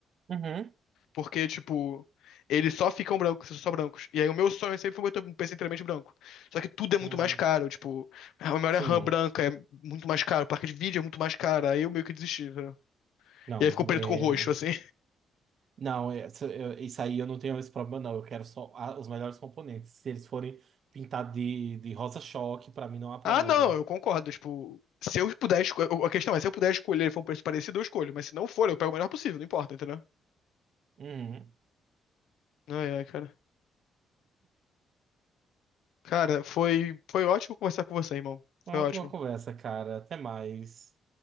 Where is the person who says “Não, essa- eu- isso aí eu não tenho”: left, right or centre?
Right